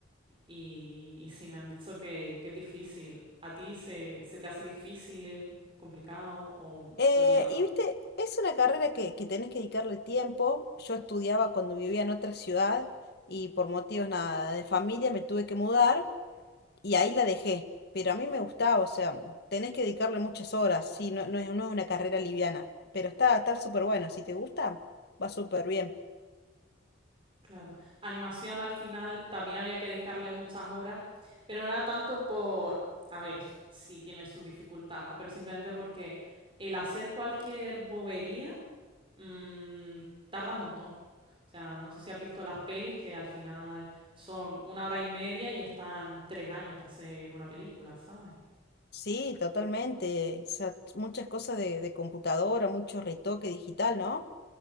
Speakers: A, on the right (about 25°); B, on the left (about 50°).
A: Y, y sí, me han dicho que, que es difícil. ¿A ti se, se te hace difícil, complicado o
B: Eh,
A: lo llevas
B: y viste,
A: guay?
B: es una carrera que, que tenés que dedicarle tiempo. Yo estudiaba cuando vivía en otra ciudad y por motivos nada de familia me tuve que mudar y ahí la dejé. Pero a mí me gustaba, o sea, tenés que dedicarle muchas horas, sí, no, no es, no es una carrera liviana, pero está, está súper bueno. Si te gusta, va súper bien.
A: Claro. Animación al final también había que dedicarle muchas horas, pero no era tanto por, a ver, si tiene su dificultad, ¿no? Pero simplemente porque el hacer cualquier bobería mm, tardas un montón. O sea, no sé si has visto las pelis que al final son una hora y media y están tres años para hacer una película, ¿sabes?
B: Sí, totalmente. O sea, muchas cosas de, de computadora, mucho retoque digital, ¿no?